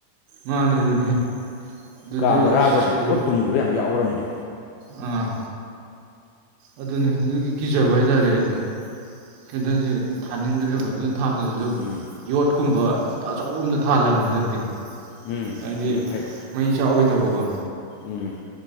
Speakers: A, on the right; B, on the left.
A: ꯃꯥꯅꯦ ꯑꯗꯨꯅꯦ ꯑꯗꯨꯗꯩ
B: ꯀꯥ ꯕ ꯔꯥꯒꯁꯦ
A: ꯑꯁ ꯁꯤꯗꯤ
B: ꯄꯨꯂꯞ ꯇꯨꯝꯒꯤꯈꯤꯕ ꯌꯥꯝ ꯌꯥꯎꯔꯝꯅꯦ
A: ꯑꯥ ꯑꯗꯨꯅꯦ ꯑꯗꯨꯒꯤ ꯀꯤꯖꯕ ꯍꯥꯏꯇꯥꯔꯦ ꯑꯩꯗꯣ ꯀꯦꯟꯗꯜꯁ ꯊꯥꯅꯤꯡꯗ꯭ꯔꯦꯕ ꯑꯗꯨ ꯊꯥꯜꯂꯁꯨ
B: ꯎꯝ
A: ꯌꯣꯠꯀꯨꯝꯕ ꯑꯆꯧꯕ ꯑ ꯑꯃꯇ ꯊꯥꯜꯂꯝꯕꯅꯤ ꯍꯟꯗꯛꯇꯤ
B: ꯎꯝ
A: ꯍꯥꯏꯗꯤ
B: ꯑꯗꯨ ꯐꯩ
A: ꯃꯩ ꯆꯥꯛꯑꯣꯗꯕꯀꯣ
B: ꯎꯝ